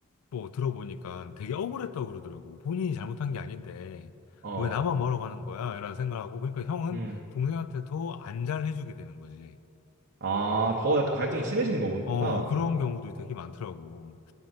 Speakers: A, on the left; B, on the right.
A: 뭐 들어보니까 되게 억울했다고 그러더라고. 본인이 잘못한 게 아닌데
B: 어,
A: 왜 나만 뭐라고 하는 거야? 이런 생각하고 그러니까 형은
B: 음.
A: 동생한테 더 안 잘해주게 되는 거지.
B: 아, 더 약간 갈등이 심해지는 거구나.
A: 어, 그런 경우도 되게 많더라고.